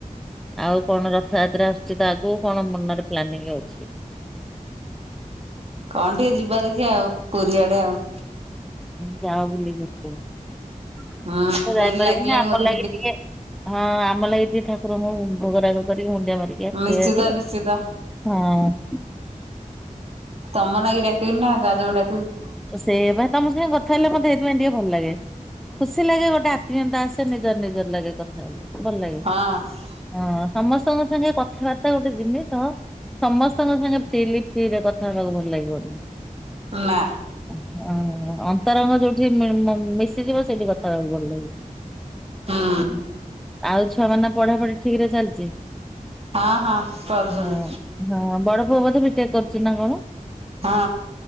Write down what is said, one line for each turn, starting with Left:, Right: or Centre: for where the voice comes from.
Centre: ଆଉ କଣ ରଥଯାତ୍ରା ଆସୁଛି ତ ଆଗକୁ, କଣ ମନରେ ପ୍ଲାନିଂ ହଅଛି? <inaudible>
Right: କଣ ଟିକେ ଯିବା ଦେଖିଆ ଆଉ, ପୂରୀ ଆଡେ ଆଉ
Centre: ଯାଅ ବୁଲି <unintelligible> ଆସି ଯିବ
Right: ହୁଁ
Centre: ତ
Right: ଡୋରି
Centre: ଯାଇପାରିବୁନି
Right: ଲାଗିଲାଣି
Centre: ଆମ
Right: ବୋଧେ
Centre: ଲାଗି ଟିକେ, ହଁ ଆମ ଲାଗି ଠାକୁରଙ୍କୁ ଭୋଗରାାଗ କରିକି ମୁୁଣ୍ଡିଆ ମାରିକି ଆାସିଵିଭାରି
Right: ନିଶ୍ଚିତ
Centre: ଆଉ,
Right: ନିଶ୍ଚିତ
Centre: ହଁ
Right: ତମ ନାଗି ଡାକିବିନା, କା ଯୋଗୁଁ ଡାକିବି
Centre: ତ ସେଇବା ତମ ସାଙ୍ଗେ କଥା ହେଲେ ମତେ ସେଇଥିପାଇଁ ଟିକେ ଭଲ ଲାଗେ। ଖୁସି ଲାଗେ, ଗୋଟେ ଆତ୍ମୀୟତା ଆସେ, ନିଜର ନିଜର ଲାଗେ କଥା ହେଲେ। ଭଲ ଲାଗେ,
Right: ହଁ
Centre: ହଁ ସମସ୍ତଙ୍କ ସାଙ୍ଗେ କଥାବାର୍ତ୍ତା ଗୋଟେ ଜିନିଷ ସମସ୍ତଙ୍କ ସାଙ୍ଗେ ଫ୍ରିଲି ଟିକେ କଥା ହେବାକୁ ଭଲ ଲାଗିବନି।
Right: ନା।
Centre: ହଁ, ଅନ୍ତରଙ୍ଗ ଯୋଉଠି ମ ମି ମିଶିଯିବ, ସେଇଠି କଥାହେଵାକୁ ଭଲ ଲାଗିବ।
Right: ହୁଁ
Centre: ଆଉ ଛୁଆମାନ ପଢାପଢି ଠିକରେ ଚାଲିଛି?
Right: ହଁ ହଁ କରୁଛନ୍ତି
Centre: ହଁ, ହଁ ବଡ ପୁଅ ବୋଧେ ବିଟେକ୍ କରୁଛି ନା କଣ?
Right: ହଁ।